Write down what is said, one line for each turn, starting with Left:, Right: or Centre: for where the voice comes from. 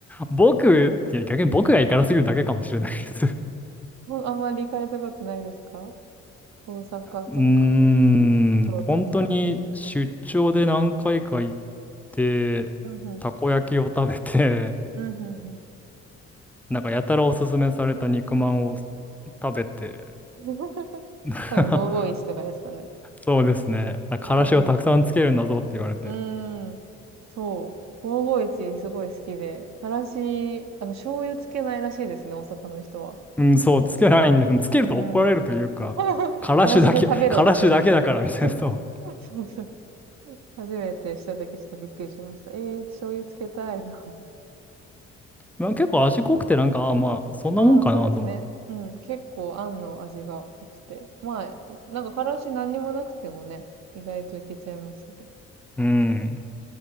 Centre: 僕って逆に僕が行からすぎるだけかもしれないです。
Right: うあんまり行かれたことないですか大阪とか、
Centre: うーん、
Right: 京都とか。
Centre: 本当に出張で何回か行って、
Right: うんうん。
Centre: たこ焼きを食べて、
Right: うんうんうん。
Centre: <laughs> なんかやたらおすすめされた肉まんを食べて、
Right: <laughs> 多分551とかですかね。
Centre: <laughs> そうですね、なんかからしをたくさんつけるんだぞって言われて、
Right: うん。うん。そう。551すごい好きで。からし、あの、醤油つけないらしいですね、大阪の人は。
Centre: うん、そう、つけないんです。つけると怒られるというか、
Right: うん。<laughs>
Centre: からしだけ、
Right: からしで食べろって。
Centre: <laughs> からしだけだからみたいな、
Right: <laughs>
Centre: そう。
Right: そうそう。初めてしたときちょっとびっくりしました。えー、醤油つけたいな
Centre: まあ、結構味濃くて、なんか、ああ、まあ、そんなもんかなとも。
Right: ああ、そうですね。うん。結構、あんの味が濃くて。まあ、なんか、からし何にもなくてもね、意外といけちゃいましたけど。
Centre: うん。